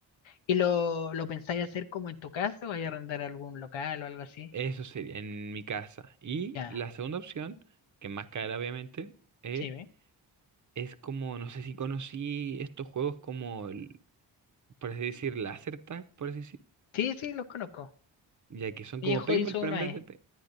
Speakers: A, on the left; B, on the right.
A: ¿Y lo, lo pensáis hacer como en tu casa o vais a arrendar algún local o algo así?
B: Eso sería en mi casa. Y
A: Ya,
B: la segunda opción, que es más cara obviamente, es...
A: sí, ¿ve?
B: Es como, no sé si conocí estos juegos como por así decir, láser tag, por así decir,
A: Sí, sí, los conozco.
B: ya que son
A: Mi
B: como
A: hijo
B: paintball,
A: hizo
B: pero
A: uno
B: en
A: ahí.
B: vez de... pe-